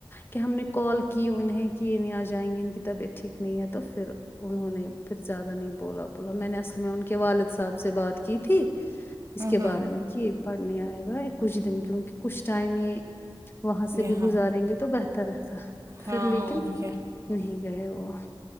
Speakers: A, on the left; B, on the right.
A: کہ ہم نے کال کی انہیں کی ہے انہے آج جائیں گے ان کتاب یہ ٹھیک نہیں ہے تو پھر انہوں نے پھر زیادہ نہیں بولا بولا میں نے اصلم کے والد صاحب سے بات کی تھی اس
B: ہوں
A: کے
B: ہوں
A: بارے میں کہ پڑھنے آئے گا کچھ دن کیونکہ کچھ ٹائم یہ وہاں سے
B: یہاں
A: بھی گزاریں گے تو بہتر رہتا
B: ہاں
A: پھر لیکن
B: اور کیا
A: نہیں گئے وہ